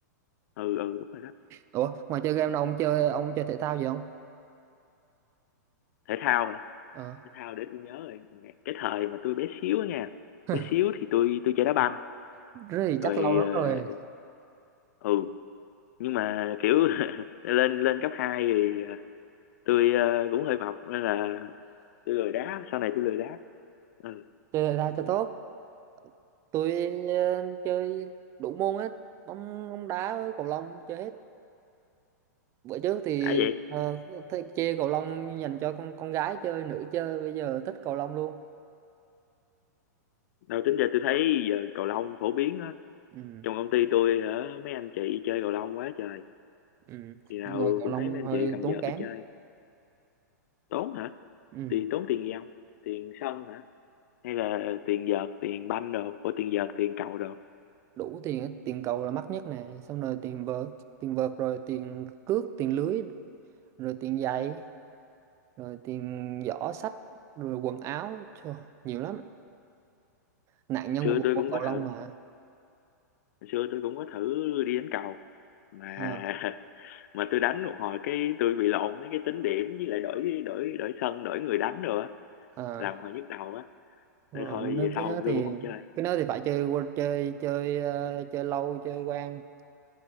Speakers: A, on the left; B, on the right.
A: ừ ừ đúng rồi đó
B: Ủa ngoài chơi game đâu ông chơi ông chơi thể thao gì không
A: thể thao hả
B: Ờ.
A: thể thao để tôi nhớ rồi cái thời mà tôi bé xíu á nha
B: <laughs>
A: bé xíu thì tôi tôi chơi đá banh
B: Rất thì
A: rồi
B: chắc lâu lắm
A: ờ,
B: rồi
A: ừ nhưng mà kiểu <laughs> lên lên cấp 2 thì ờ, tôi ờ, cũng hơi mập nên là tôi lười đá sau này tôi lười đá Ừ,
B: chơi thể thao cho tốt tôi ờ, chơi đủ môn hết bóng bóng đá với cầu lông chơi hết bữa trước thì
A: đã vậy.
B: ờ, thích chơi cầu lông dành cho con con gái chơi nữ chơi bây giờ thích cầu lông luôn
A: Đâu tính ra tôi thấy giờ cầu lông phổ biến á.
B: ừ,
A: Trong công ty tôi hả, mấy anh chị chơi cầu lông quá trời.
B: ừ.
A: Khi nào
B: nhưng mà cầu
A: cũng
B: lông
A: thấy mấy anh
B: hơi
A: chị cầm
B: tốn
A: vợt
B: kém
A: đi chơi. Tốn hả?
B: ừ.
A: Thì tốn tiền gì không? Tiền sân hả? Hay là tiền vợt, tiền banh đồ, của tiền vợt, tiền cầu đồ. Hồi
B: đủ tiền hết. tiền cầu là mắc nhất nè xong rồi tiền vợt tiền vợt rồi tiền cước tiền lưới rồi tiền giày rồi tiền giỏ sách rồi quần áo Trời, nhiều lắm nạn nhân
A: xưa
B: của bộ
A: tôi
B: môn
A: cũng
B: cầu
A: có
B: lông
A: thử,
B: mà
A: hồi xưa tôi cũng có thử đi đánh cầu. Mà
B: Ờ,
A: <laughs> mà tôi đánh một hồi cái tôi bị lộn mấy cái tính điểm với lại đổi đổi đổi sân, đổi người đánh rồi á,
B: ờ.
A: làm hồi nhức đầu á.
B: Đúng
A: Nên
B: rồi,
A: thôi
B: nó
A: về sau
B: cái đó
A: tôi
B: thì
A: cũng không chơi.
B: cái đó thì phải chơi qua- chơi chơi ờ, chơi lâu chơi quen